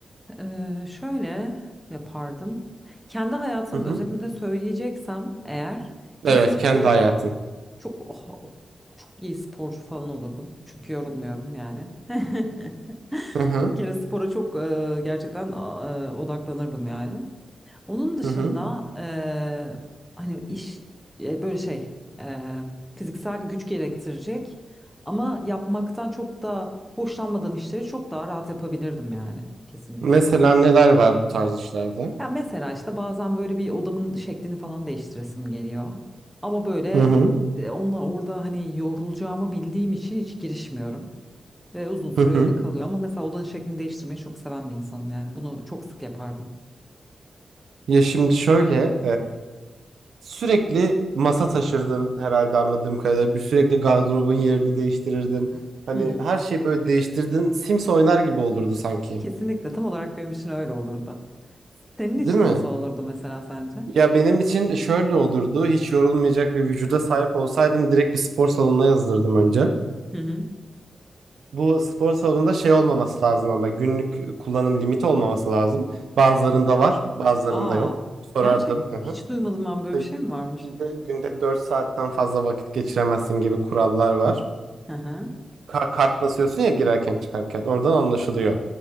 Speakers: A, in the centre; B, on the right.
A: E, şöyle yapardım. Kendi hayatım
B: Hı hı.
A: özelinde söyleyeceksem eğer
B: Evet
A: kesinlikle
B: kendi
A: böyle
B: hayatın.
A: çok oh, oh, çok iyi sporcu falan olurdum. Çünkü yorulmuyorum yani. <laughs>
B: Hı hı.
A: Bir kere spora çok e, gerçekten a- e, odaklanırdım yani. Onun dışında
B: Hı hı.
A: eee, hani iş e, böyle şey eee, fiziksel güç gerektirecek ama yapmaktan çok da hoşlanmadığım işleri çok daha rahat yapabilirdim yani kesinlikle.
B: Mesela neler var bu tarz işlerde?
A: Ya mesela işte bazen böyle bir odamın şeklini falan değiştiresim geliyor. Ama böyle
B: Hı hı.
A: e, onunla orada hani yorulacağımı bildiğim için hiç girişmiyorum. Ve uzun süre
B: Hı hı.
A: öyle kalıyor. Ama mesela odanın şeklini değiştirmeyi çok seven bir insanım yani. Bunu çok sık yapardım.
B: Ya şimdi şöyle, Sürekli masa taşırdın herhalde anladığım kadarıyla. Bir sürekli gardırobun yerini değiştirirdin. Hani
A: Hı hı.
B: her şeyi böyle değiştirdin. Sims oynar gibi olurdu sanki.
A: Kesinlikle tam olarak benim için öyle olurdu. Senin için
B: Değil mi?
A: nasıl olurdu mesela sence?
B: Ya benim için şöyle olurdu. Hiç yorulmayacak bir vücuda sahip olsaydım direkt bir spor salonuna yazılırdım önce.
A: Hı hı.
B: Bu spor salonunda şey olmaması lazım ama günlük kullanım limiti olmaması lazım. Bazılarında
A: Hı hı.
B: var, bazılarında
A: Aa,
B: yok. Sorardım.
A: gerçek
B: Hı hı.
A: hiç duymadım ben
B: İşte
A: böyle bir şey mi varmış?
B: günde 4 saatten fazla vakit geçiremezsin gibi kurallar var.
A: Hı hı.
B: Ka- kart basıyorsun ya girerken çıkarken oradan anlaşılıyor.